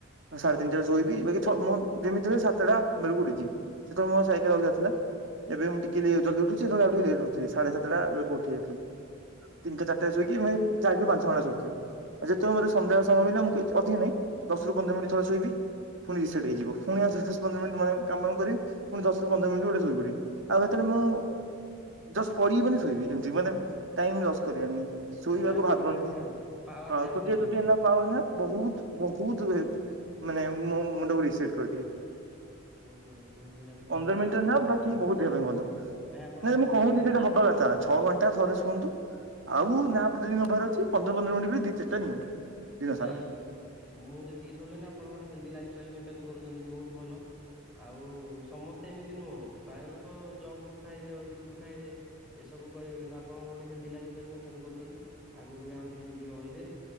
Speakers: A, on the right; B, in the centre.
A: ସାଢେ ତିନିଟା ଶୋଇବି ବାକି ଛଅ ମୋ ଯେମିତିହେଲେ ସାତଟା ବେଳକୁ ଉଠିଯିବି ସେତେବେଳେ ମୋ ସାଇକେଲ ଅଲଗା ଥିଲା। ଏବେ ମୁଁ ଟିକେ ଜଲଦି ଉଠୁଛି ଲେଟ ଉଠଥିଲିଢୋ <inaudible> ତଟାେଳେ ଉଠିାଉଥିଲି ତିନି ଚାରଟାରେ ଶୋଇକି ଚାରି ପାଞ୍ଚଣ୍ଟା ଶୋଇଥିଲି। ଆଉ ଯେତେବେଳେ ମତେ ସନ୍ଧ୍ୟା ସମୟ ମିଳିଲା ମୁଁ ଅଧିକ ନାଇଁ ଦଶ ରୁ ପନ୍ଦର ମିନିଟ ଥରେ ଶୋଇବି। ପୁଣି ରିସେଟ ହେଇଯିବ। ଫୁଣି ଦଶ ପନ୍ଦର ମିନିଟ <inaudible> ମାନେ କାମ କରିବ ପୁଣିଶରୁନ୍ଦରିନଟ ଗଟେ ସୋଇ ପୁଡି ଆଉ ସେତେବେଳେ ମୁଁ ଜଷ୍ଟ ପଢିବି ମାନେ ଶୋଇବି ଏମତି ମାନେ ଟାଈମ ଲସ କରିବା ର ନାହିଁ। ଶୋଇବାକୁ
B: ନ୍ୟାପ୍
A: ଭାବନ୍ତି
B: ନେଇଯାଆନ୍ତି ଆଉ ପାୱାର
A: ହଁ
B: ନ୍ୟାପ୍
A: ଛୋଟିଏ
B: ନେଇଯାଆନ୍ତି।
A: ଛୋଟିଆ ନା ପା ନା ବହୁତ ବହୁତ ମାନେ ଭେଦ ମୋ ମୁଣ୍ଡକୁ ରିସେଟେ କରିଦିଏ
B: ବହୁତ ବଢିଆ ବହୁତ ବଢିଆ ଚିନ୍ତାଧାରା
A: ପନ୍ଦର ମିନିଟରେ
B: ବହୁତ
A: ନା
B: ଭଲ
A: ବାକି ବହୁତ ଦେବେ ଭଲ
B: ନାଇଁ ଆପଣ
A: ନାଇ ମୁଁ କହୁନି
B: ଡେଲି
A: ସେଇଟା ହବା କଥା ଛଅ ଘଣ୍ଟା ଥରେ ଶୁଅନ୍ତୁ ଆଉ ନା ଯଦି ନବାର ଅଛି ପନ୍ଦର ପନ୍ଦର ମିନିଟ ଦି ଚାରିଟା ନିଅନ୍ତୁ ଦିନ
B: ନାଇଁ
A: ସାରା।
B: ମୁଁ ଯେତିକି ଶୁଣିଲିଣିି ଆପଣ ଗୋଟେ ହେଲେଦି ଲାଇଫ ଷ୍ଟାଇଲ ମେଣ୍ଟେନେ କରୁଚନ୍ତି ବହୁତ ଭଲ ଆଉ ସମସ୍ତେ ଏମିତି ନୁହଁ ପ୍ରାୟ ଲୋକ ଜଙ୍କ ଫୁଡ ଖାଇବେ ଅଏଲି ଫୁଡ ଖାଇବେ ଏସବୁ କରିବେ କିନ୍ତୁ ଆପଣ ଗୋଟେ ହେଲ୍ଦି ଲାଇଫଷ୍ଟାଇଲ ମେଣ୍ଟେନ କରୁଛନ୍ତି ଆଗକୁ ବି ଆହୁରି ହେଲଦି ରହିବେ